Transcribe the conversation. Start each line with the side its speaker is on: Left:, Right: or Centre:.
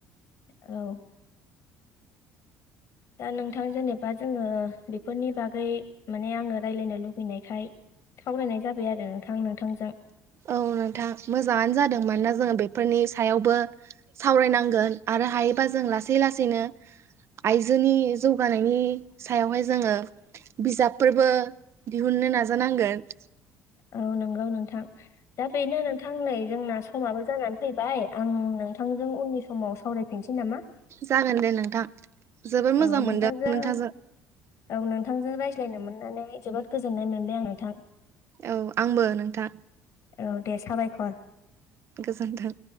Left: औ दा नोंथां जेनेबा जोङो बेफोरनि बागै माने आङो राय्लायनो लुबैनायखाय खावलायनाय जाबाय आरो नोंथां नोंथांजों
Right: औ नोंथां मोजाङानो जादोंमोनोना जोङो बे फोरनि सायावबो सावरायनांगोन आरो हायोबा जों लासै लासैनो आइजोनि जौगानायनि सायावहाय जोङो बिजाबफोरबो दिहुननो नाजानांगोन
Left: औ नोंगौ नोंथां दा बेनो नोंथां नै जोंना समाबो जानानै फैबाय आं नोंथां जों उननि समाव सावरायफिनसै नामा?
Right: जागोन दे नोंथां जबोद मोजां
Left: औ नोंथांजों
Right: मोनदों नोंथांजो
Left: औ नोंथांजों रायज्लायनो मोननानै जोबोद गोजोननाय मोनबाय आं नोंथां
Right: औ आंबो नोंथां
Left: औ दे साबायखर
Right: गोजोन्थों